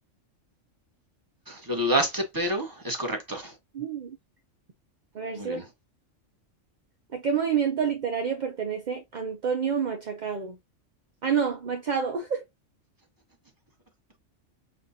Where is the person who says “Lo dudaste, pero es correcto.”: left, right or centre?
Right